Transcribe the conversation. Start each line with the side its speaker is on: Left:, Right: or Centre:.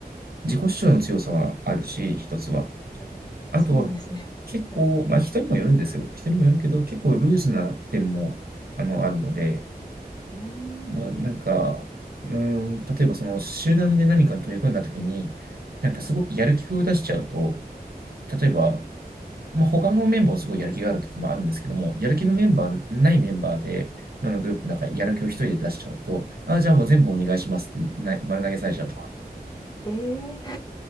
Right: 自己主張の強さはあるし、一つは。
Left: おーそうなんですね。
Right: あとは結構、
Left: はい。
Right: まあ人にもよるんですよ。人にもよるけど、結構ルーズな点も、あの、あるので、
Left: うーん。
Right: うんなんか、うん、例えばその集団で何かに取り組んだときに、なんかすごくやる気を出しちゃうと、例えば、
Left: はい。
Right: まあ、他のメンバーはすごいやる気があるときもあるんですけども、やる気のメンバー、ないメンバーで、あのグループの中でやる気を一人で出しちゃうと、あ、じゃあもう全部お願いしますってな丸投げされちゃうとか、
Left: えー、